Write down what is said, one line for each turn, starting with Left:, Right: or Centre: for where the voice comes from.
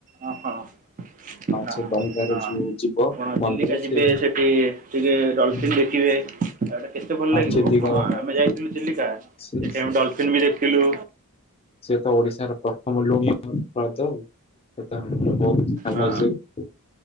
Right: ଓ ହଁ ହଁ
Left: ସେ ଡଙ୍ଗାରେ
Right: ହଁ
Left: ଯୋଉ ଯିବ
Right: ଆପଣ
Left: ମନ୍ଦିର
Right: ଚିଲିକା ଯିବେ
Left: ସେ
Right: ସେଠି ଟିକେ ଡଲଫିନ୍
Left: ହଁ
Right: ଦେଖିବେ ଏଟା କେତେ ଭଲ ଲାଗିବ
Left: ଚିଲିକାର
Right: ହଁ
Left: ସେ
Right: ଆମେ ଯାଇଥିଲୁ ଚିଲିକା ସେଠି
Left: ସେ-
Right: ଆମେ ଡଲଫିନ ବି ଦେଖଥିଲୁ
Left: ସିଏ ତ ଓଡିଶାର ପ୍ରଥମ ଲୁଣି ହ୍ରଦ ହଉ ସେ ବହୁତ ସମ
Right: ହଁ